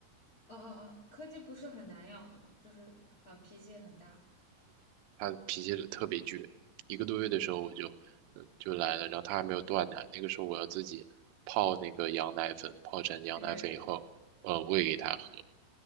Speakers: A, on the left; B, on the right.
A: 哦哦哦，柯基不是很难养的吗？就是很脾气也很大，
B: 它脾气特别倔。一个多月的时候我就，嗯就来了，然后它还没有断奶，那个时候我要自己泡那个羊奶粉，泡成羊奶粉以后，
A: 嘿，
B: 呃，喂给它喝，